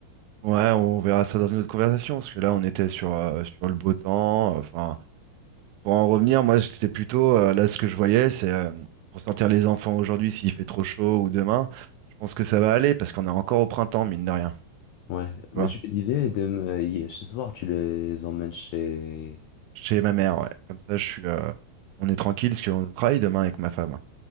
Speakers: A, on the right; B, on the left.
A: Ouais, on verra ça dans une autre conversation, parce que là, on était sur, euh, sur le beau temps. Enfin. Pour en revenir, moi, c'était plutôt, euh, là, ce que je voyais, c'est euh, pour sortir les enfants aujourd'hui, s'il fait trop chaud ou demain, je pense que ça va aller parce qu'on est encore au printemps, mine de rien,
B: Ouais,
A: tu
B: mais
A: vois,
B: tu me disais, demain- hier- ce soir, tu les emmènes chez...
A: chez ma mère, ouais. Comme ça, je suis, euh, on est tranquille parce qu'on travaille demain avec ma femme.